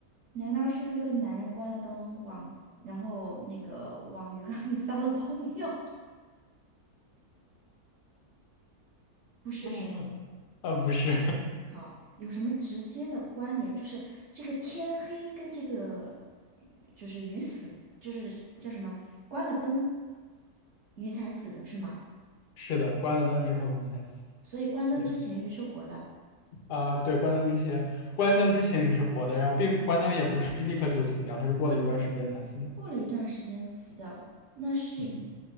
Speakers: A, on the right (about 55°); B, on the left (about 70°).
A: 难道是这个男人关了灯往，然后那个往鱼缸里撒了泡尿？<laughs> 不是，
B: 嗯，
A: 是。
B: 啊不是，
A: 好，有什么直接的关联？就是这个天黑跟这个，就是鱼死，就是叫什么？关了灯，鱼才死的是吗？
B: <laughs> 是的，关了灯之后你才死。
A: 所以关灯之前鱼是活的，
B: 对，啊、对，关灯之前，关灯之前你是活的，然后并关灯也不是立刻就死掉，它是过了一段时间才死掉。
A: 过了一段时间死掉，那是
B: 嗯，